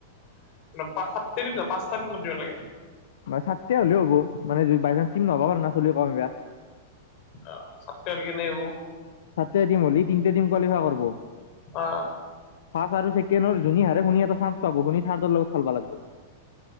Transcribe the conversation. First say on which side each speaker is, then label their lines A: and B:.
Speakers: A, on the left; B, on the left.
A: <unintelligible> পাঁচটা তাৰিখৰ কোন দিব লাগে
B: ছাতে হ'লেও হ'ব মানে বাই চান্স কিম নহব পাৰে না চুলি কম হ'ব বিয়াৰ
A: অ চত্য <unintelligible>
B: ছাতটাই টিম হলি তিনিটা টিম কোৱালিফাই কৰিব
A: অ
B: ফাৰ্ষ আৰু ছেকেণ্ড যুনে হাৰে শুনি এটা চান্স পাব শুনি থাৰ্ডৰ লগত চাল লাগব